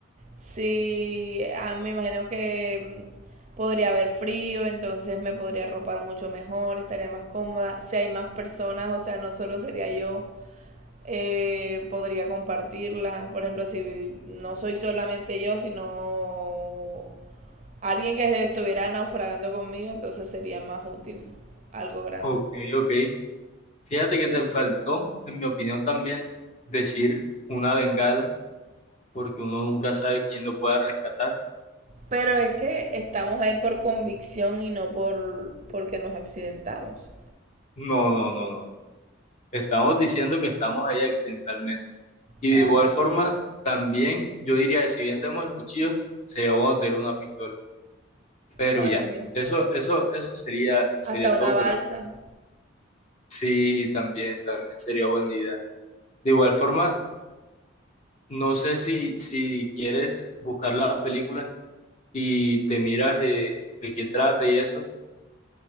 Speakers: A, on the right; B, on the left.
A: si ah, me imagino que mm, podría haber frío, entonces me podría arropar mucho mejor, estaría más cómoda. Si hay más personas, o sea, no solo sería yo eh, podría compartirla. Por ejemplo, si no soy solamente yo, sino alguien que estuviera naufragando conmigo, entonces sería más útil algo grande.
B: Ok, ok. Fíjate que te faltó, en mi opinión también, decir una bengala, porque uno nunca sabe quién lo pueda rescatar.
A: Pero es que estamos ahí por convicción y no por porque nos accidentamos.
B: No, no, no, no. no. Estamos diciendo que estamos ahí accidentalmente. Y
A: Ajá,
B: de igual forma, también yo diría, que si bien tenemos el cuchillo, sería bueno tener una pistola. Pero
A: también.
B: ya, eso, eso, eso sería, sería
A: Hasta una
B: todo,
A: balsa.
B: pero sí, también, también sería buena idea. De igual forma, No sé si, si quieres buscar la película y te miras eh, de qué trata y eso.